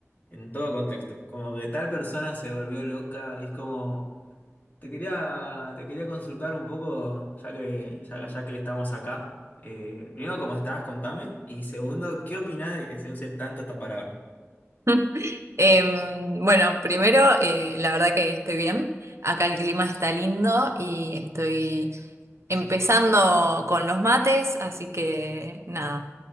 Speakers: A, on the left; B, on the right.
A: en todo contexto. Como que tal persona se volvió loca, es como, te quería, te quería consultar un poco, ya que, ya, ya que estamos acá. Eh, primero, ¿cómo estás? Contame. Y segundo, ¿qué opinás de que se use tanto esta palabra?
B: <laughs> Em, bueno, primero, eh, la verdad que estoy bien. Acá el clima está lindo y estoy empezando con los mates, así que nada,